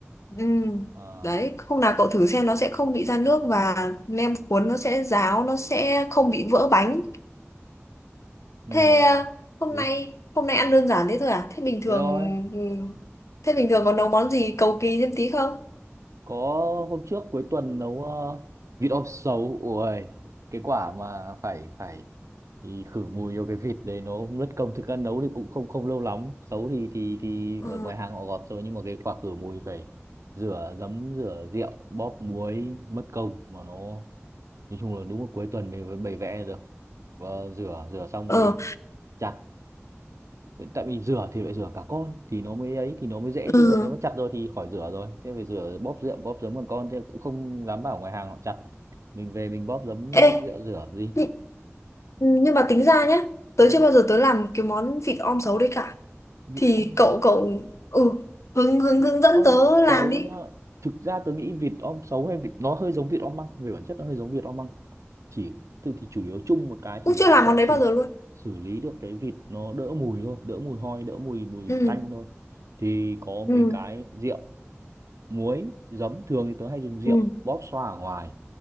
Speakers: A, on the left (about 75°); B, on the right (about 85°).
A: Ừm,
B: ờ
A: đấy hôm nào cậu thử xem nó sẽ không bị ra nước và nem cuốn nó sẽ ráo nó sẽ không bị vỡ bánh
B: nhưng
A: thế
B: làm
A: à, hôm
B: gì
A: nay hôm nay ăn đơn giản thế thôi à thế bình
B: thế
A: thường
B: thôi
A: ừ, thế bình thường còn nấu món gì cầu kỳ thêm tí không
B: có hôm trước cuối tuần nấu ờ, vịt om sấu ui cái quả mà phải phải thì khử mùi vô cái vịt đấy nó cũng mất công thực ra nấu thì cũng không không lâu lắm sấu thì thì thì
A: ờ
B: ở ngoài hàng họ gọt rồi nhưng mà cái quả khử mùi phải rửa giấm rửa rượu bóp muối mất công mà nó nói chung là đúng là cuối tuần mình mới bày vẽ được Và rửa rửa xong
A: ờ
B: thì chặt Vậy tại vì rửa thì phải rửa cả con thì nó mới ấy thì nó mới dễ
A: ừ.
B: chứ còn nếu mà chặt rồi thì khỏi rửa rồi thế phải rửa bóp rượu bóp giấm bằng con thế cũng không dám bảo ngoài hàng họ chặt mình về mình bóp giấm
A: ê
B: bóp rượu rửa gì
A: nhưng, nhưng mà tính ra nhá tớ
B: đó.
A: chưa bao giờ tớ làm cái món vịt om sấu đấy cả
B: vịt
A: thì
B: om
A: cậu cậu ừ hướng hướng
B: vịt
A: hướng dẫn
B: om
A: tớ làm
B: xấu
A: đi
B: nhá thực ra tôi nghĩ vịt om xấu hay vịt nó hơi giống vịt om măng về bản chất nó hơi giống vịt om măng chỉ tự thì chủ yếu chung một cái
A: cũng
B: chỉ là
A: chưa
B: làm
A: làm
B: sao
A: món đấy bao
B: xử
A: giờ luôn
B: xử lý được cái vịt nó đỡ mùi thôi đỡ mùi hôi đỡ mùi mùi
A: ừ
B: tanh thôi thì có
A: ừ
B: mấy cái rượu muối giấm thường thì tớ hay dùng rượu
A: ừ
B: bóp xoa ở ngoài